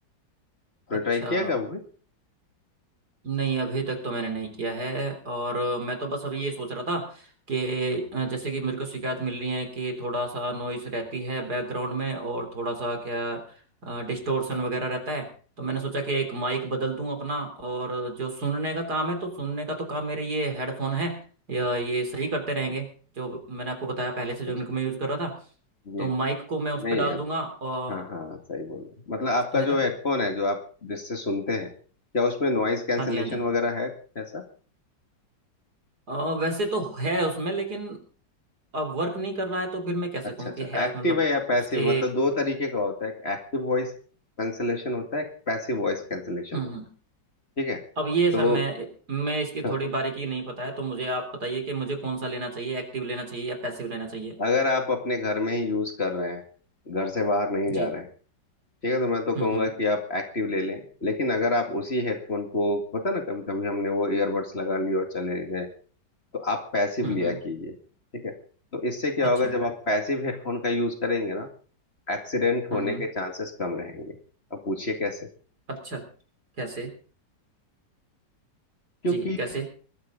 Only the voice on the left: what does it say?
आपने
ट्राई किया क्या वो भी
अच्छा
जी
नहीं
हाँ हाँ सही बोल रहे हैं। मतलब आपका
जो
हेडफोन है जो आप जिससे सुनते हैं क्या उसमें नॉइज कैंसलेशन
वगैरह है कुछ ऐसा
अच्छा
अच्छा
एक्टिव
है या पैसिव
मतलब दो तरीके का होता है एक्टिव वॉइस कैंसलेशन होता है पैसिव वॉइस कैंसलेशन
होता
है ठीक है
तो
<laughs>
अगर आप अपने घर में ही यूज कर रहे हैं घर से बाहर नहीं
जा रहे हैं ठीक है तो मैं तो कहूंगा
कि आप एक्टिव ले लें लेकिन अगर आप उसी हेडफोन को होता ना कभी कभी हमने वो ईयरबड्स लगा लिए और चले गए तो आप पैसिव
लिया
कीजिए ठीक है तो इससे क्या
होगा जब आप पैसिव हेडफोन का यूज करेंगे ना एक्सीडेंट होने
के चांसेस कम रहेंगे अब पूछिए कैसे
क्योंकि